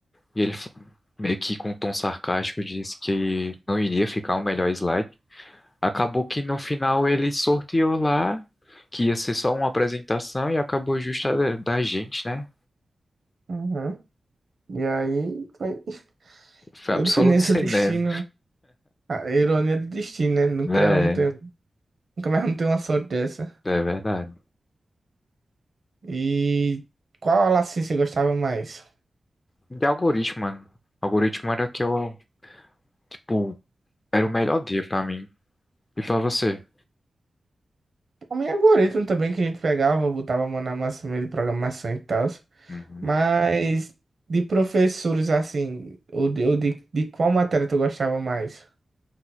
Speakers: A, on the left; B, on the right.
A: E ele f- meio que com um tom sarcástico disse que não iria ficar o melhor slide. Acabou que no final ele sorteou lá, que ia ser só uma apresentação e acabou justa da, da gente, né?
B: Uhum. E aí foi <laughs>
A: Foi
B: ironia
A: absoluto cinema.
B: do destino. A ironia do destino, né? Nunca
A: É,
B: vamos ter, nunca mais vamos ter uma sorte dessa.
A: é verdade.
B: E qual aula assim você gostava mais?
A: De algoritmo, mano. Algoritmo era que eu, tipo, era o melhor dia pra mim. E pra você?
B: O meu algoritmo também que a gente pegava, botava a mão na massa meio de programação e tal.
A: Uhum.
B: Mas de professores assim, ou de, ou de, de qual matéria tu gostava mais?